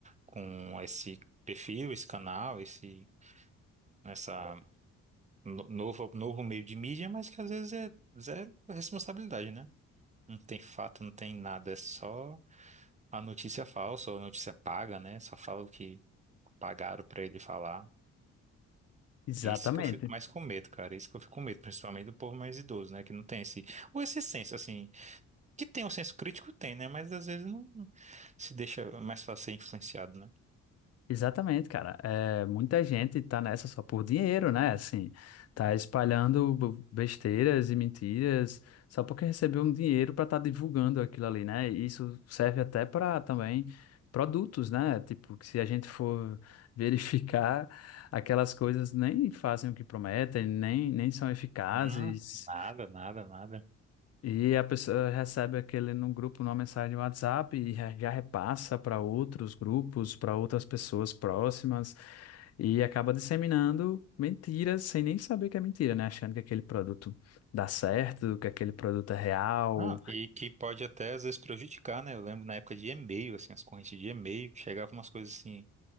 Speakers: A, on the right; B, on the left.
A: com esse perfil, esse canal, esse, essa no- novo, novo meio de mídia, mas que às vezes é zero responsabilidade, né? Não tem fato, não tem nada, é só a notícia falsa ou a notícia paga, né? Só fala o que pagaram pra ele falar.
B: Exatamente.
A: É Isso que eu fico mais com medo, cara. É Isso que eu fico com medo, principalmente do povo mais idoso, né? Que não tem esse. Ou esse senso, assim. Que tem o senso crítico, tem, né? Mas às vezes não se deixa mais fácil ser influenciado, né?
B: Exatamente, cara. É, muita gente tá nessa só por dinheiro, né? Assim, tá espalhando bo- besteiras e mentiras só porque recebeu um dinheiro para estar divulgando aquilo ali, né? E isso serve até para também produtos, né? Tipo, que se a gente for <laughs> verificar, aquelas coisas nem fazem o que prometem, nem, nem são eficazes.
A: Hum, nada, nada, nada.
B: E a pessoa recebe aquele num grupo, numa mensagem no WhatsApp e já já repassa para outros grupos, para outras pessoas próximas e acaba disseminando mentiras sem nem saber que é mentira, né? Achando que aquele produto dá certo, que aquele produto é real
A: Não, e que pode até às vezes prejudicar, né? Eu lembro na época de e-mail, assim, as correntes de e-mail, chegavam umas coisas assim.